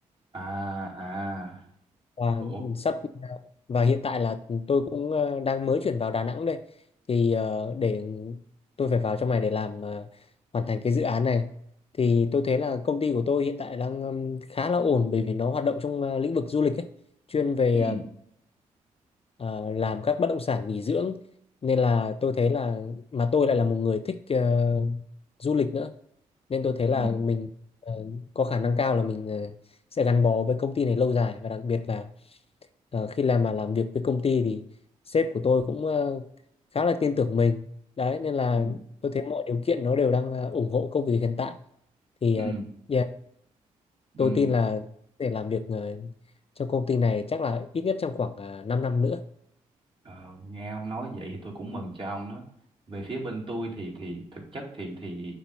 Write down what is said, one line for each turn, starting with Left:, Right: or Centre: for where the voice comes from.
Right: à à
Left: và
Right: ủa
Left: sắp và hiện tại là tôi cũng ờ, đang mới chuyển vào Đà Nẵng đây thì ờ, để tôi phải vào trong này để làm ờ, hoàn thành cái dự án này thì tôi thấy là công ty của tôi hiện tại đang ừm, khá là ổn bởi vì nó hoạt động trong ờ, lĩnh vực du lịch ấy chuyên về
Right: ừ
Left: ờ, làm các bất động sản nghỉ dưỡng nên là tôi thấy là mà tôi lại là một người thích ờ, du lịch nữa nên tôi thấy
Right: ừ
Left: Ừ. là mình ờ, có khả năng cao là mình ờ, sẽ gắn bó với công ty này lâu dài và đặc biệt là ờ, khi làm mà làm việc với công ty thì sếp của tôi cũng ờ, khá là tin tưởng mình đấy nên là
Right: ừ
Left: tôi thấy mọi điều kiện nó đều đang ờ, ủng hộ công việc hiện tại thì
Right: ừ
Left: ờ, yeah, tôi
Right: ừ
Left: tin là để làm việc ờ, trong công ty này chắc là ít nhất trong khoảng uh, 5 năm nữa
Right: Ờ, nghe ông nói vậy thì tôi cũng mừng cho ông đó. Về phía bên tôi thì thì thực chất thì thì